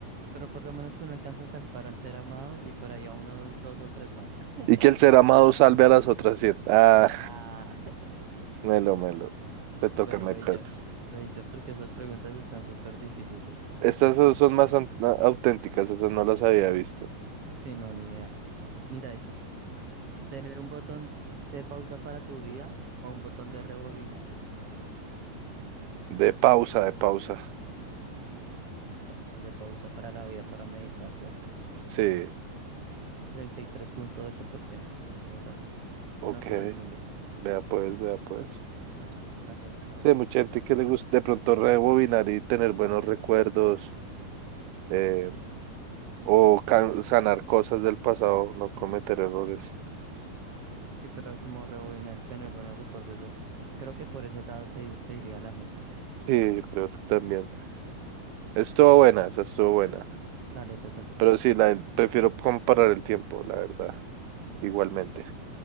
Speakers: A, on the right; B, on the right.
A: pero por lo menos que uno alcanza a salvar al ser amado y por ahí a unos dos o tres más. <laughs>
B: Y que el ser amado salve a las otras cien Ah,
A: Ah, <laughs>
B: melo, melo. Te toca,
A: bueno,
B: my
A: voy
B: pet.
A: yo, voy yo porque esas preguntas están súper difíciles.
B: Estas son son más an- a- auténticas, esas no las había visto.
A: Sí, no, ni idea. Mira esa. Tener un botón de pausa para tu vida o un botón de rebobinar.
B: De pausa, de pausa.
A: Botón de pausa para la vida, para meditar, ¿cierto?
B: Sí,
A: treinta y tres punto ocho por ciento piensa así.
B: ok.
A: No todo el mundo,
B: Vea pues, vea pues.
A: más poquita gente, ¿sabes?
B: Sí, hay mucha gente que le gusta de pronto rebobinar y tener buenos recuerdos eh, o can- sanar cosas del pasado, no cometer errores.
A: Sí, pero como rebobinar y tener buenos recuerdos, yo creo que por ese lado se, se iría la gente.
B: Sí, yo creo que también. Estuvo buena, esa estuvo buena.
A: Dale, te toca.
B: Pero sí, la, del- prefiero comparar el tiempo, la verdad, igualmente.